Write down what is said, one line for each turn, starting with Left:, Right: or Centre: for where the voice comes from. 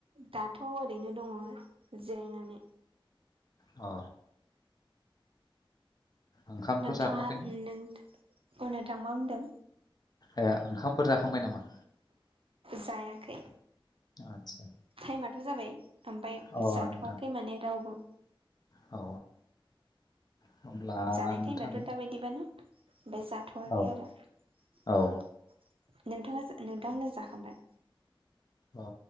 Right: दाथ' ओरैनो दङ जिरायनानै
Left: अ ओंखामथ'
Right: नोंथाङा
Left: जाथ'वाखैना
Right: नों अ नोंथां मा बुंदों
Left: ए ओंखामफोर जाखांबाय नामा
Right: जायाखै
Left: आदसा
Right: टाइमाथ जाबाय ओमफाय
Left: अ
Right: जाथवाखै
Left: नोंथां
Right: माने रावबो
Left: औ औ अब्ला
Right: जानाय
Left: नोंथां
Right: टाइमाथ‌ दाबायदिबानो ओमफाय जाथवाखै
Left: औ
Right: आरो नोंथाङा
Left: औ
Right: नोंथांमोना जाखांबाय
Left: अ